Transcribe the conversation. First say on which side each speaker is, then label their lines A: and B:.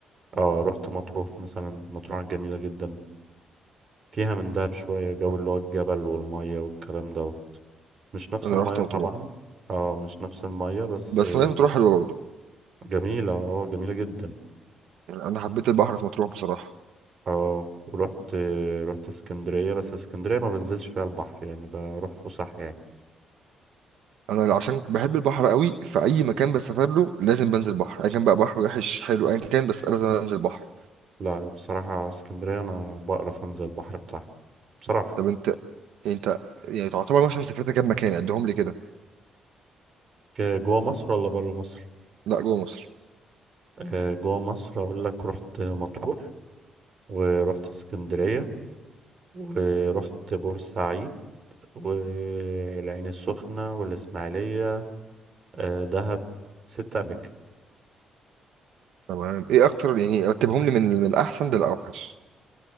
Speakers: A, on the right; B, on the right.
A: اه رحت مطروح مثلا مطروح جميلة جدا فيها من دهب شوية جو اللي هو الجبل والمية والكلام ده مش نفس
B: انا
A: المية
B: رحت
A: طبعا
B: مطروح
A: اه مش نفس المية بس
B: بس
A: آه،
B: ميه مطروح حلوه برضه
A: جميلة اه جميلة جدا
B: يعني انا حبيت البحر في مطروح بصراحه
A: اه ورحت آه، رحت اسكندرية بس اسكندرية ما بنزلش فيها البحر يعني بروح فسح يعني
B: انا عشان بحب البحر قوي في اي مكان بسافر له لازم بنزل بحر ايا كان بقى بحر وحش حلو ايا كان بس انا لازم انزل بحر
A: لا بصراحة اسكندرية انا بقرف انزل البحر بتاعها بصراحة
B: طب انت انت يعني تعتبر مثلا سافرت كام مكان عدهم لي كده
A: ك- جوا مصر ولا برا مصر
B: لا جوه مصر
A: آه، جوا مصر اقول لك رحت مطروح ورحت اسكندرية ورحت بورسعيد والعين السخنة والإسماعيلية آه، دهب ست أماكن
B: تمام ايه اكتر يعني رتبهم لي من من الاحسن للاوحش